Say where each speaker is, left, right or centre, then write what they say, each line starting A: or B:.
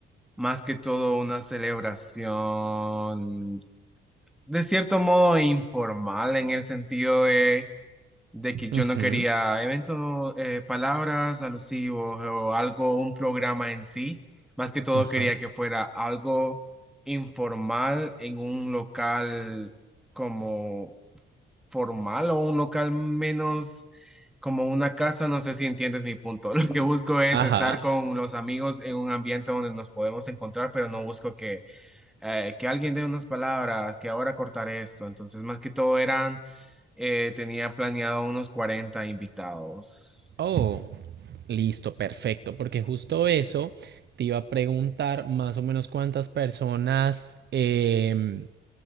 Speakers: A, in the centre; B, on the right.
A: más que todo una celebración de cierto modo informal en el sentido de, de que yo
B: Ujú,
A: no quería eventos, eh, palabras alusivos o algo, un programa en sí. Más que todo
B: Ajá.
A: quería que fuera algo informal en un local como formal o un local menos como una casa. No sé si entiendes mi punto. <laughs> Lo que busco es
B: Ajá.
A: estar con los amigos en un ambiente donde nos podemos encontrar, pero no busco que eh, que alguien dé unas palabras, que ahora cortar esto. Entonces, más que todo eran, eh, tenía planeado unos cuarenta invitados.
B: Oh. Listo, perfecto, porque justo eso te iba a preguntar más o menos cuántas personas em,